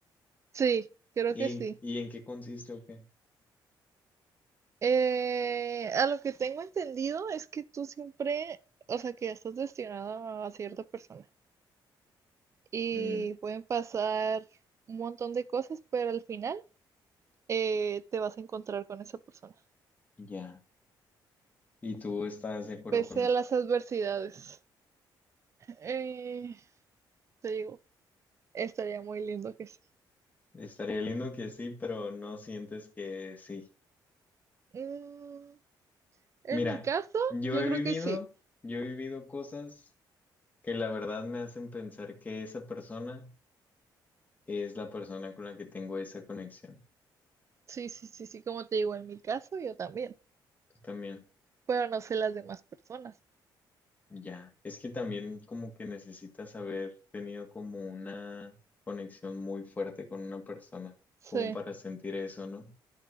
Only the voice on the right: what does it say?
Sí, creo
que sí.
Eh, a lo que tengo entendido es que tú siempre, o sea, que estás destinado a cierta persona y
pueden pasar un montón de cosas, pero al final eh, te vas a encontrar con esa persona,
pese
a las adversidades. Eh, te digo, estaría muy lindo que sí.
Mm, en
mi caso,
yo
creo
que sí.
Sí, sí, sí, sí, como te digo, en mi caso yo también,
pero no sé las demás personas.
Sí,